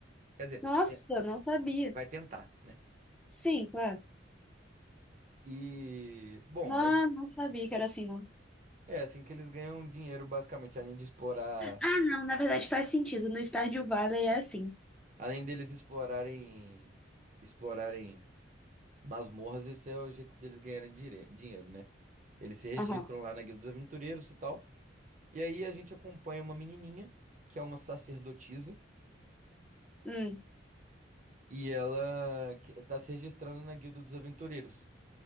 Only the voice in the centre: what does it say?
Nossa,
não sabia.
Sim, claro.
Não,
não sabia que era assim, não.
Ah, não, na verdade faz sentido. No Stardew Valley é assim.
Aham.
Hum,